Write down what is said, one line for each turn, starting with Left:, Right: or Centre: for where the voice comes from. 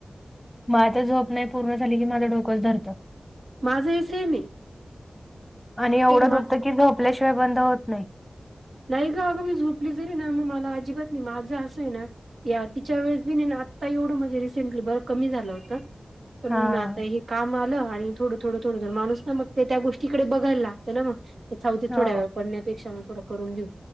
Centre: माझ झोप नाही पूर्ण झाली की डोकं धरतं.
Right: माझ ही सेम आहे.
Centre: आणि एवढं
Right: सेम माझ
Centre: दुखतं की झोपल्याशिवाय बंद होत नाही.
Right: नाही ग अगं मी झोपली जरी ना मग मला अजिबात नाही माझं असं आहे ना. या तिच्या वेळेस बी नाही आता एवढं म्हणजे रिसेंटली बर कमी झालं होतं पण
Centre: हां.
Right: आता. काम आलं आणि थोडं थोडं थोड जर माणूस ना मग ते त्या गोष्टीकडे बघायला लागतं ना मग. इथ राहूदे
Centre: हो,
Right: थोडा वेळ पडण्यापेक्षा मग थोड करून घेऊ